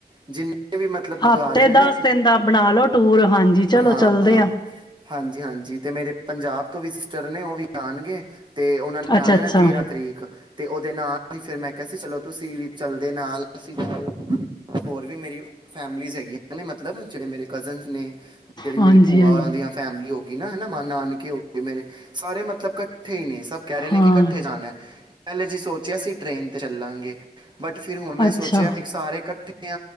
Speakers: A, on the right; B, on the left.
A: ਜਿੰਨੇ ਵੀ ਮਤਲਬ ਗੁਰਦੁਆਰੇ
B: ਹਫ਼ਤੇ
A: ਨੇ ਨਾ
B: ਦਸ ਦਿਨ ਦਾ ਬਣਾ ਲੋ ਟੂਰ ਹਾਂਜੀ ਚਲੋ
A: ਹਾਂ
B: ਚਲਦੇ ਆ
A: ਹਾਂਜੀ-ਹਾਂਜੀ ਤੇ ਮੇਰੇ ਪੰਜਾਬ ਤੋਂ ਵੀ ਸਿਸਟਰ ਨੇ ਉਹ ਵੀ ਆਣਗੇ। ਤੇ ਉਹਨਾਂ ਨੇ
B: ਅੱਛਾ
A: ਆ ਜਾਣਾ
B: ਅੱਛਾ
A: ਤੇਰਾਂ ਤਰੀਕ ਤੇ ਉਹਦੇ ਨਾਲ ਫਿਰ ਮੈਂ ਚਲੋ ਤੁਸੀਂ ਵੀ ਚੱਲਦੇ ਨਾਲ ਸੀਂ ਚ ਹੋ ਜਾਦੇ ਹੋਰ ਵੀ ਮੇਰੀ ਫੈਮਲੀਜ਼ ਹੈਗੀਆਂ ਉਹ ਨੇ ਮਤਲਬ ਜਿਹੜੇ ਮੇਰੇ ਕਜ਼ਨਸ ਨੇ ਜਿਹੜੀ
B: ਹਾਂਜੀ
A: ਮੇਰੀ ਭੂਆ
B: ਹਾਂਜੀ
A: ਹੋਰਾਂ ਦੀਆਂ ਫੈਮਿਲੀ ਹੋ ਗ ਗੀ ਹੈਨਾ ਮ ਨਾਨਕੇ ਹੋ ਗਏ ਮੇਰੇ ਸਾਰੇ ਮਤਲਬ ਇਕੱਠੇ ਹੀ ਨੇ ਸਭ ਕਹਿ ਰਹੇ ਨੇ
B: ਹਾਂ
A: ਕਿ ਇਕੱਠੇ ਜਾਣਾ। ਪਹਿਲੇ ਜੀ ਸੋਚਿਆ ਸੀ ਟ੍ਰੇਨ ਤੇ ਚੱਲਾਂਗੇ ਬਟ ਫਿਰ ਹੁਣ ਮੈਂ
B: ਅੱਛਾ
A: ਸੋਚਿਆ ਵੀ ਸਾਰੇ ਇਕੱਠੇ